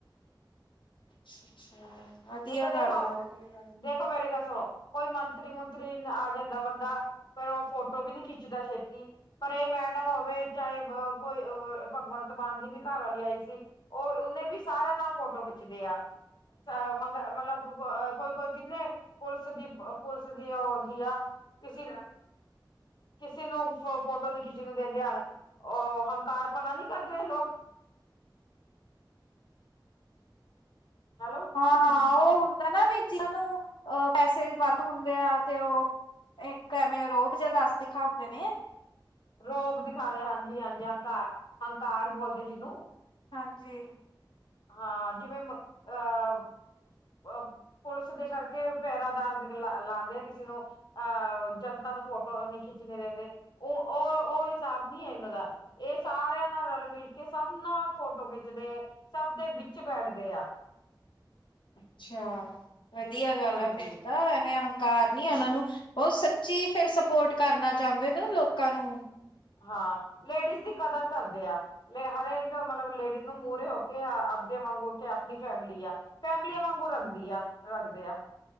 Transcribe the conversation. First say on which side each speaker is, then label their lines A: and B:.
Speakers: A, on the left; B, on the left.
A: <inaudible>
B: ਨਹੀਂ ਤਾਂ ਦੇਖੋ,
A: ਗੱਲ ਆ ਵਧੀਆ ਗੱਲ
B: ਦੇਖੋ ਮੇਰੀ ਗੱਲ ਸੁਣੋ ਕੋਈ ਮੰਤਰੀ ਮੁਤਰੀ ਆ ਜਾਂਦਾ ਬੰਦਾ, ਫੇਰ ਉਹ ਫੋਟੋ ਵੀ ਨੀ ਖਿੱਚਦਾ ਛੇਤੀ ਪਰ ਇਹ ਮੈਡਮ ਹੋਵੇ ਚਾਹੇ ਕੋਈ ਭਗਵੰਤ ਮਾਨ ਦੀ ਵੀ ਘਰ ਵਾਲੀ ਆਈ ਸੀ। ਉਹ ਉਹਨੇ ਵੀ ਸਾਰਾ ਨਾਲ ਫੋਟੋ ਖਿੱਚਦੇ ਆ ਮੰਗ ਮਤਲਬ ਕੋਈ ਕੋਈ ਕਿੰਨੇ ਪੁਲਿਸ ਦੀ ਪੁਲਿਸ ਦੀ ਉਹ ਆਉਂਦੀ ਆ, ਕਿਸੀ ਦਾ, ਕਿਸੇ ਨੂੰ ਫ ਫੋਟੋ ਨ ਖਿੱਚਣੀ ਦਿੰਦੇ ਹਨ ਉਹ ਹੰਕਾਰਪਨਾ ਨੀ ਕਰਦੇ ਲੋਕ, ਹੈਲੋ,
A: ਹਾਂ, ਹਾਂ ਉਹ ਹੁੰਦਾ ਨਾ ਵੀ ਜਿਹਨਾਂ ਨੂੰ ਪੈਸੇ ਵਾਧ ਹੁੰਦੇ ਆ ਤੇ ਉਹ, ਇੱਕ ਐਵੇਂ ਰੋਬ ਜਿਹਾ ਦੱਸ ਦਿਖਾਉਂਦੇ ਨੇ,
B: ਰੋਬ ਦਿਖਾਵੇ ਹਾਂਜੀ, ਹਾਂਜੀ ਹੰਕਾਰ ਹੰਕਾਰ ਬੋਲਦੇ ਜਿਨੂੰ,
A: ਹਾਂਜੀ,
B: ਹਾਂ ਜਿਵੇਂ ਮ ਅਹ ਅ ਪੁਲਿਸ ਦੇ ਕਰਕੇ ਪਹਿਰਾਦਾਰ, ਲਾਉਂਦੇ ਆ ਕਿਸੇ ਨੂੰ ਅਹ ਜਨਤਾ ਨੂੰ ਫੋਟੋ ਨੀ ਖਿੱਚਣੀ ਦਿੰਦੇ, ਉਹ -ਉਹ, ਉਹ ਹਿਸਾਬ ਨਹੀਂ ਹੈ ਇਹਨਾਂ ਦਾ। ਇਹ ਸਾਰਿਆਂ ਨਾਲ ਰਲ- ਮਿਲ ਕੇ, ਸਭ ਨਾਲ ਫੋਟੋ ਖਿੱਚਦੇ, ਸਭ ਦੇ ਵਿੱਚ ਬੈਠਦੇ ਆ।
A: ਅੱਛਾ, ਵਧੀਆ ਗੱਲ
B: ਹਾਂਜੀ
A: ਆ ਫੇਰ ਤਾਂ ਐਵੇਂ ਹੰਕਾਰ ਨੀ ਉਹਨਾਂ ਨੂੰ, ਉਹ ਸੱਚੀ ਫਿਰ ਸਪੋਰਟ ਕਰਨਾ ਚਾਹੁੰਦੇ ਨੇ, ਲੋਕਾਂ ਨੂੰ।
B: ਹਾਂ, ਲੇਡੀਜ਼ ਦੀ ਕਦਰ ਕਰਦੇ ਆ। ਹਰੇਕ ਮਤਲਬ, ਲੇਡੀਜ਼ ਨੂੰ ਮੂਹਰੇ ਹੋ ਕੇ ਆਪਦੇ ਵਾਂਗ ਹੋ ਕੇ, ਆਪਣੀ ਫੈਮਿਲੀ ਆ। ਫੈਮਲੀਆਂ ਵਾਂਗੂ ਰੱਖਦੀ ਆ, ਰੱਖਦੇ ਆ।